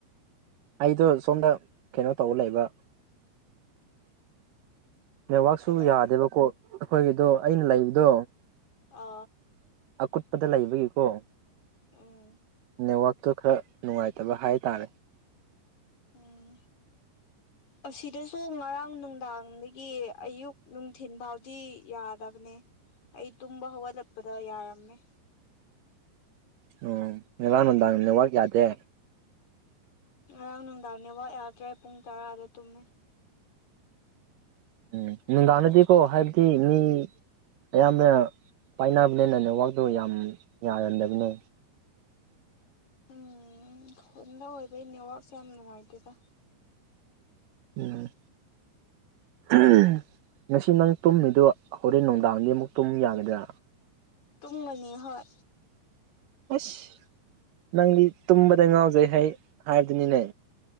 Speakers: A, on the right (about 80°); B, on the left (about 45°).
A: ꯑꯩꯗꯣ ꯁꯣꯝꯗ ꯀꯩꯅꯣ ꯇꯧꯕ ꯂꯩꯕ ꯅꯦꯠꯋꯥꯛꯁꯨ
B: ꯀꯩꯗꯧꯕ
A: ꯌꯥꯗꯦꯕꯀꯣ ꯑꯩꯈꯣꯏꯒꯤꯗꯣ ꯑꯩꯅ ꯂꯩꯕꯗꯣ
B: ꯑ
A: ꯑꯀꯨꯠꯄꯗ ꯂꯩꯕꯒꯤꯀꯣ
B: ꯎꯝ
A: ꯅꯦꯠꯋꯥꯛꯇꯣ ꯈꯔ ꯅꯨꯡꯉꯥꯏꯇꯕ ꯍꯥꯏꯇꯥꯔꯦ
B: ꯎꯝ ꯑꯁꯤꯗꯁꯨ ꯉꯔꯥꯡ ꯅꯨꯡꯗꯥꯡꯗꯒꯤ ꯑꯌꯨꯛ ꯅꯨꯡꯊꯤꯟ ꯐꯥꯎꯗꯤ ꯌꯥꯗꯕꯅꯦ ꯑꯩ ꯇꯨꯝꯕ ꯍꯧꯒꯠꯂꯛꯄꯗ ꯌꯥꯔꯝꯃꯦ
A: ꯑꯣ ꯉꯔꯥꯡ ꯅꯨꯡꯗꯥꯡ ꯅꯦꯠꯋꯥꯛ ꯌꯥꯗꯦ
B: ꯉꯔꯥꯡ ꯅꯨꯡꯗꯥꯡ ꯅꯦꯠꯋꯥꯛ ꯌꯥꯗ꯭ꯔꯦ ꯄꯨꯡ ꯇꯔꯥꯗꯥ ꯇꯨꯝꯃꯦ
A: ꯎꯝ ꯅꯨꯡꯗꯥꯡꯗꯗꯤꯀꯣ ꯍꯥꯏꯕꯗꯤ ꯃꯤ ꯑꯌꯥꯝꯕꯅ ꯄꯥꯏꯅꯕꯅꯤꯅ ꯅꯦꯠꯋꯥꯛꯗꯨ ꯌꯥꯝ ꯌꯥꯒꯟꯗꯕꯅꯦ
B: ꯎꯝ ꯈꯨꯟꯥꯟꯗ ꯑꯣꯏꯕꯩ ꯅꯦꯠꯋꯥꯛꯁꯦ ꯌꯥꯝ ꯅꯨꯡꯉꯥꯏꯇꯦꯗ
A: ꯎꯝ <unintelligible> ꯉꯁꯤ ꯅꯪ ꯇꯨꯝꯃꯤꯗꯣ ꯍꯣꯔꯦꯟ ꯅꯨꯡꯗꯥꯡꯗꯤ ꯑꯃꯨꯛ ꯇꯨꯝ ꯌꯥꯒꯗ꯭ꯔꯥ
B: ꯇꯨꯝꯒꯅꯤ ꯍꯣꯏ
A: ꯑꯁ ꯅꯪꯗꯤ ꯇꯨꯝꯕꯗ ꯉꯥꯎꯖꯩꯍꯩ ꯍꯥꯏꯗꯨꯅꯤꯅꯦ